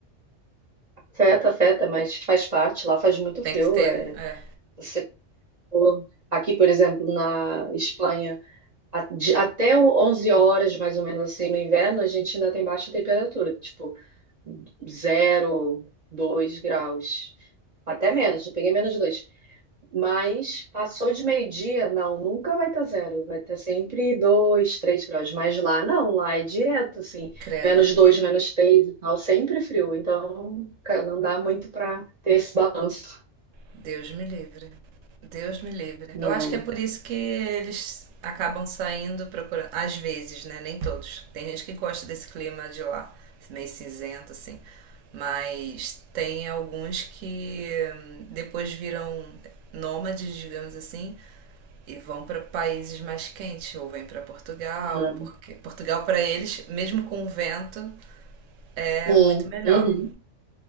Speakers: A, on the right; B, on the right.
A: afeta, afeta, mas faz parte. Lá faz muito frio.
B: Tem que ter,
A: é.
B: é.
A: você, pô, aqui, por exemplo, na Espanha. a- de- até o- 11 horas, mais ou menos assim, no inverno, a gente ainda tem baixa temperatura, tipo zero dois graus, até menos, eu peguei menos de 2. Mas passou de meio-dia, não, nunca vai estar zero, vai estar sempre 2 3 graus, mas lá não, lá é direto, assim,
B: Credo.
A: menos 2 menos 3 e tal, sempre frio, então, cara, não dá muito para ter esse balanço,
B: Deus me livre. Deus me livre.
A: né?
B: Eu acho que é por isso que eles acabam saindo procurando. Às vezes, né? Nem todos. Tem gente que gosta desse clima de lá, meio cinzento, assim. Mas tem alguns que hum, depois viram nômades, digamos assim, e vão para países mais quentes, ou vêm para Portugal,
A: É.
B: porque Portugal para eles, mesmo com o vento, é
A: Hum,
B: muito melhor.
A: uhum,